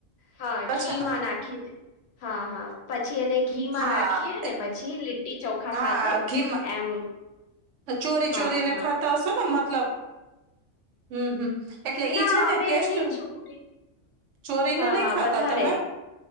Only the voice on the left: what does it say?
હા ઘી
માં નાખી દે હા હા પછી એને ઘી માં
નાખીએ ને
પછી લીટી ચોખા
સાથે
એમ
હા
હા
ના
અમે
નહી છોડી
હા
હા
વધારે